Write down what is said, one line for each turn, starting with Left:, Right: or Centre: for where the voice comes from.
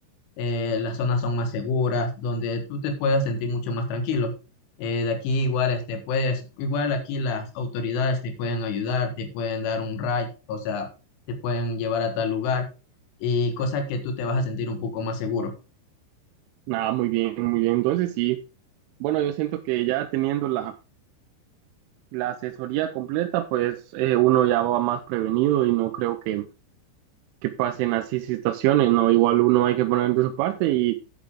Left: eh, las zonas son más seguras, donde tú te puedas sentir mucho más tranquilo. Eh, de aquí igual este puedes, igual aquí las autoridades te pueden ayudar, te pueden dar un ride, o sea, te pueden llevar a tal lugar y cosa que tú te vas a sentir un poco más seguro.
Right: Nada, muy bien, muy bien. Entonces sí, bueno, yo siento que ya teniendo la, la asesoría completa, pues eh, uno ya va más prevenido y no creo que que pasen así situaciones, ¿no? Igual uno hay que poner de su parte y,